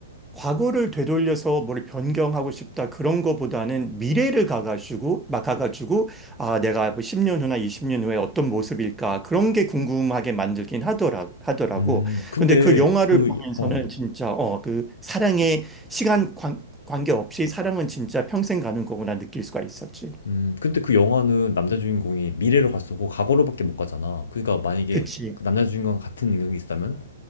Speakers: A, in the centre; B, on the left.
A: 과거를 되돌려서 뭘 변경하고 싶다, 그런 거보다는 미래를 가가지고, 막 가가지고, 아, 내가 뭐 10년 후나 20년 후에 어떤 모습일까, 그런 게 궁금하게 만들긴 하더라, 하더라고.
B: 음, 근데
A: 근데 그 영화를
B: 그,
A: 보면서는
B: 어,
A: 진짜, 어, 그 사랑의 시간 관, 관계없이 사랑은 진짜 평생 가는 거구나 느낄 수가 있었지.
B: 음, 근데 그 영화는 남자 주인공이 미래로 갈 수고 과거로밖에 못 가잖아. 그러니까 만약에
A: 그치.
B: 그 남자 주인공과 같은 능력이 있다면